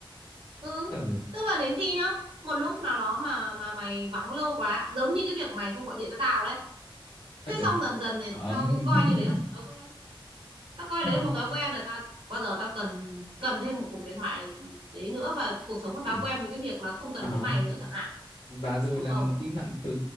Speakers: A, on the right; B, on the left.
A: ừ
B: ờ
A: tức là đến khi nhá một lúc nào đó mà mà mày vắng lâu quá giống như cái việc mày không gọi điện cho tao đấy
B: à,
A: thế
B: trời
A: xong dần dần này
B: ấm
A: tao cũng
B: <laughs>
A: coi như đấy là một thói quen tao coi
B: à,
A: đấy là một thói quen rồi tao chẳng bao giờ tao cần cần thêm một cuộc điện thoại đấy nữa và cuộc sống của tao
B: ừ.
A: quen với cái việc là không cần
B: À,
A: đến mày nữa chẳng hạn
B: và rồi
A: đúng
B: là
A: không
B: im lặng tự,